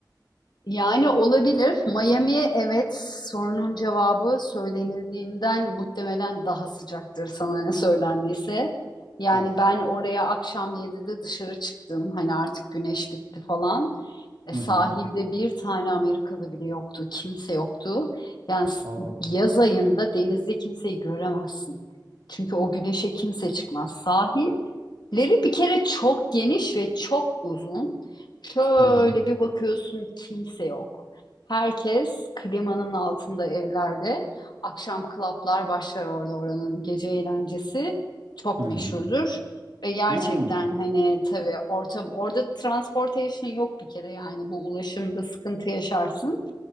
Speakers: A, on the left; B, on the right.
A: Yani olabilir. Miami evet sorunun cevabı söylenildiğinden muhtemelen daha sıcaktır sana ne söylendiyse. Yani
B: Of.
A: ben oraya akşam yedide dışarı çıktım. Hani artık güneş bitti falan. E,
B: Hı
A: sahilde
B: hı.
A: bir tane Amerikalı bile yoktu. Kimse yoktu. Yani s-
B: Aa.
A: yaz ayında denizde kimseyi göremezsin. Çünkü o güneşe kimse çıkmaz. Sahilleri bir kere çok geniş ve çok uzun. Şöyle
B: Hı hı.
A: bir bakıyorsun kimse yok. Herkes klimanın altında evlerde. Akşam klaplar başlar orada oranın gece eğlencesi çok
B: Hı hı.
A: meşhurdur. Ve gerçekten
B: Hmm.
A: hani tabii orta, orada transportation yok bir kere yani bu ulaşımda sıkıntı yaşarsın.